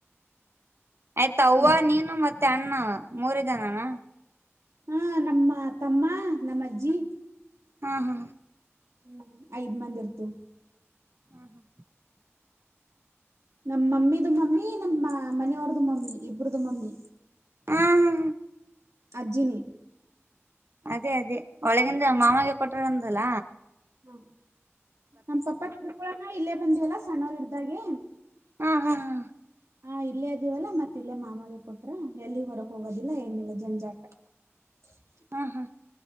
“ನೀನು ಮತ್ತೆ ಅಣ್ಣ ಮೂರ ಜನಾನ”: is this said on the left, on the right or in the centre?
Right